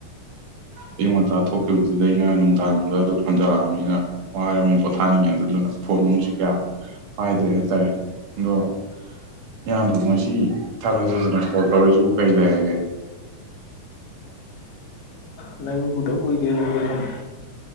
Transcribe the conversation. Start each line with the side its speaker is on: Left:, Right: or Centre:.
Right: ꯑꯌꯤꯡ ꯉꯇꯥ ꯊꯣꯛꯈꯤꯕꯗꯨꯗ ꯑꯩꯅ ꯅꯨꯡꯗꯥꯡ ꯅꯨꯡꯗ ꯑꯗꯨꯝ ꯍꯟꯖꯤꯜꯂꯛꯑꯃꯤꯅ ꯋꯥꯔꯝꯃꯤ ꯄꯣꯊꯥꯅꯤꯡꯉꯤ ꯑꯗꯨꯗꯨꯅ ꯐꯣꯟ ꯅꯨꯡꯁꯤ ꯀꯌꯥ ꯄꯥꯏꯗ꯭ꯔꯦ ꯍꯥꯏꯇꯥꯔꯦ ꯑꯗꯣ ꯏꯌꯥꯝꯕ꯭ꯔꯣ ꯉꯁꯤ ꯊꯥꯗꯖꯖꯅ ꯉꯁꯤ ꯀꯣꯜ ꯇꯧꯔꯤꯁꯤꯕꯨ ꯀꯔꯤ ꯂꯩꯔꯒꯦ
Left: ꯅꯪꯎꯗ ꯀꯨꯏꯔꯅ ꯁꯨꯝ